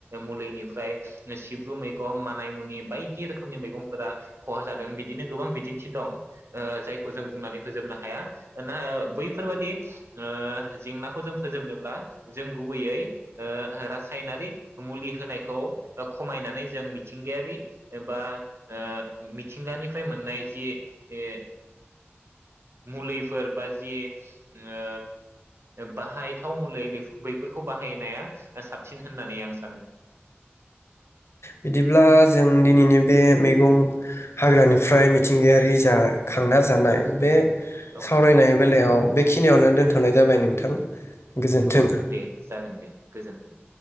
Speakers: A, on the right (about 75°); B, on the left (about 80°).
A: मुलिनिफ्राय सिब्रु मैगं मानायमुनि बायदि रोखोमनि मैगंफोरा खहा जादों बिदिनो गोबां बिदिन्थि दं ओ जायखौ जों बुंनानै फोजोबनो हाया ना बैफोरबादि ओ जेंनाखौ जों फोजोबनोब्ला जों गुबैयै ओ रासायनारि मुलि होनायखौ खमायनानै जों मिथिंगायारि बा ओ मिथिंगानिफ्राय मोननाय जि ए मुलैफोर बा जि ओ बाहायथाव मुलै बैफोरखौ बाहायनाया साबसिन होननानै आं सानो।
B: बिदिब्ला जों दिनैनि बे मैगं हाग्रानिफ्राय मिथिंगायारि जा खांना जानाय बे
A: औ
B: सावरायनाय बेलायाव बेखिनियावनो दोनथनाय जाबाय नोंथां। गोजोन्थों।
A: औ दे जागोन दे गोजोन्थों।